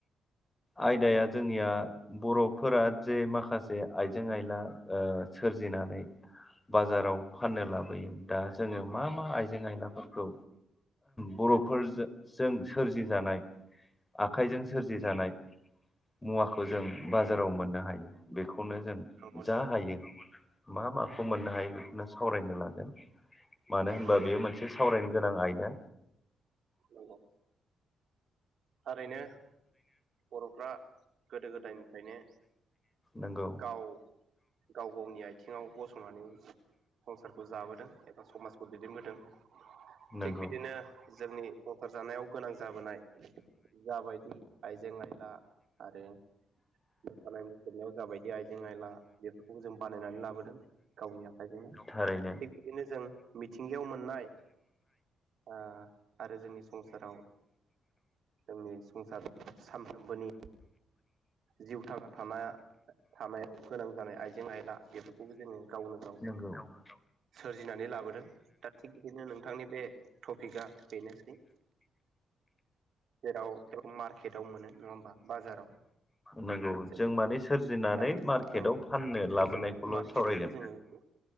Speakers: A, on the left; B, on the right.
A: आयदा जोंनिया
B: औ
A: बर' फोरा जे माखासे आइजें आइला ओ सोरजिनानै बाजाराव फाननो ला होयो दा जोङो आइजें आयलाफोरखौ बर'फोरजो-जों सोरजिजानाय। आ आखाइजों सोरजि जानाय मुवाखौ जों बाजाराव मोननो हायो। बे खौनो जों
B: नंगौ नोंथां
A: जा हायो मा माखौ मोननो हायो बे सावरायनो लागोन। मानो होनबा
B: नंगौ
A: बेयो मोनसे सावरायनो गोनां आयदा।
B: नंगौ थारैनो बर'फ्रा गोदो गोदायनिफ्रायनो
A: नंगौ
B: गाव गाव गावनि आथिङाव गसंनानै संसारखौ जाबोदों एबा समाजखौ दैदेनबोदों
A: नंगौ
B: थिग बिदिनो जोंनि संसार जानायाव गोनां जाबोनाय जाबायदि आइजें आइला आरो मोसानाय मुसुरनायाव जाबाय आइजें आइला बेफोरखौ जों बानायनानै लाबोदों गावनि आखाइजोंनो
A: थारैनो
B: थिग बिदिनो जों मिथिंगायाव मोननाय आ आरो जोंनि संसाराव नि संसार सानफ्रोमबोनि जिउ थांना थानाय थानायाव गोनां जानाय आइजें आयला बेफोरखौबो जोङो गावनो गाव
A: नंगौ
B: सोरजिनो दा थिग बिदिनो नोंथांनि बे टपिकआ बेनोसै। जेराव मार्केटआव मोनो नङा होमबा बाजाराव
A: नंगौ
B: द
A: जों माने सोरजिनानै
B: दा नोंथां
A: मार्केटाव
B: औ
A: फाननो
B: सोरजिनानै
A: लाबोनायखौल'
B: मार्केटआवबो
A: सावरायगोन
B: जोङो बेखौ